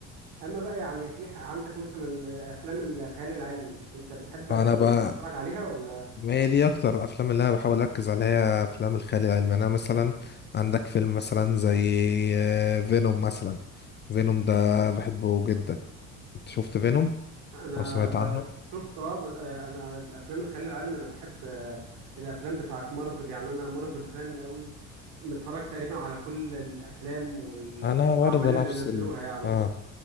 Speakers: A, on the right; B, on the left.
A: أما بقى يعني في ح- عندك مثلا أفلام الخيال العلمي أنت بتحب
B: انا
A: أفل-
B: بقى
A: تتفرج عليها ولا
B: ما هي دي اكتر الافلام اللي انا بحاول اركز عليها هي افلام الخيال العلمي انا مثلا عندك فيلم مثلا زي آه، فينوم مثلا فينوم ده بحبه جدا انت شفت فينوم
A: انا
B: او سمعت عنه
A: شفت اه بس- آه، انا الافلام الخيال العلمي انا بحب آه، الافلام بتاعت مارفل يعني انا مارفل فان قوي متفرج تقريبا على كل الافلام والاعمال
B: انا برضه نفس
A: اللي نزلوها
B: ال...
A: يعني
B: اه